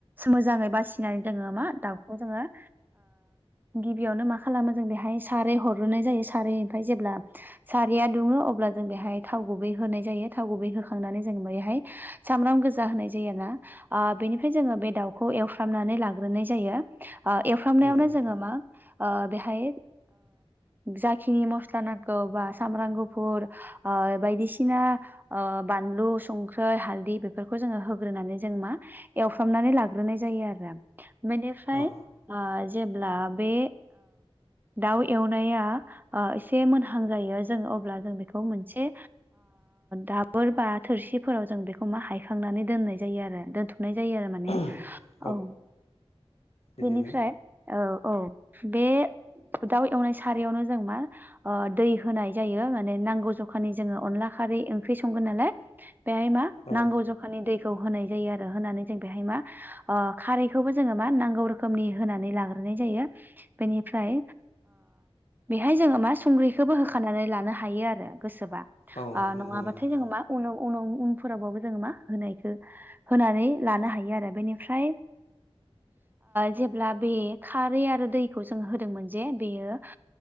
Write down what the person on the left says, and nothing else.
नंगौ नोंथां
औ
<unintelligible>
बिदिनो
औ
औ नंगौ
नोंथां